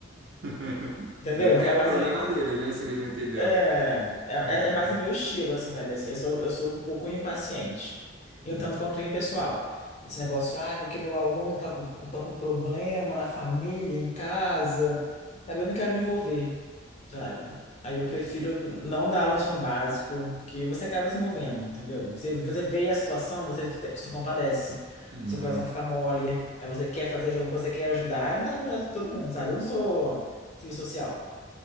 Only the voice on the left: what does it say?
Entendeu?
É
mais,
é,
é, é
é mais o meu estilo, assim, sabe? Assim, eu sou, eu sou um pouco impaciente. E
um tanto quanto impessoal. Esse negócio, ah, meu, que meu aluno tá, com- tá com problema na família, em casa, sabe? Eu não quero me envolver, sabe? Aí eu prefiro não dar aula no ensino básico, porque você acaba se envolvendo, entendeu? Você, você vê a situação, você te- se compadece,
seu coração
fica mole, aí você quer fazer alguma coisa, você quer ajudar, e não dá pra ajudar todo mundo, sabe? Eu não sou serviço social.